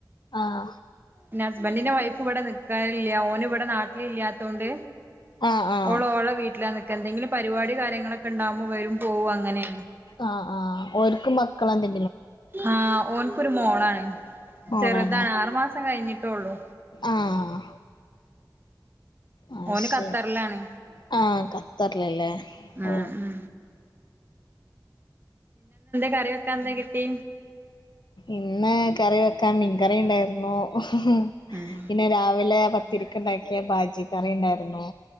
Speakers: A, on the left; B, on the right.
A: ആഹ്
B: പിന്നെ ഹസ്ബൻഡിന്റെ വൈഫ് ഇവിടെ നിക്കാനില്ല ഓന് ഇവിടെ നാട്ടിലില്ലാത്തൊണ്ട്.
A: ആഹ് ആഹ്
B: ഓള് ഓളെ വീട്ടിലാ നിക്ക എന്തെങ്കിലും പരിപാടി കാര്യങ്ങളൊക്കെ ഉണ്ടാവകുമോ വരും പോകും അങ്ങനെ
A: അ ആ ഓൽക് മക്കളോക്കെ
B: ആ ഓൻക്കോരു മോളാണ്
A: മോളാണോ
B: ചെറുതാണ് ആറു മാസം കഴിഞ്ഞിട്ടേള്ളു
A: ആഹ് അത്
B: ഓന്
A: ശരി
B: ഖത്തറിലാണ്
A: ആഹ് ഖത്തറിലല്ലേ
B: മ്
A: ഓഹ്
B: മ് കറി വെക്കാൻ എന്താ കിട്ടി
A: ഇന്ന് കറി വെ ക മീൻകറിയുണ്ടായിരുന്നു മ്ഹ്
B: ഉം
A: പിന്നെ രാവിലെ പത്തിരിക്ക് ഉണ്ടാക്കിയ ബാജി കറി ഉണ്ടായിരുന്നു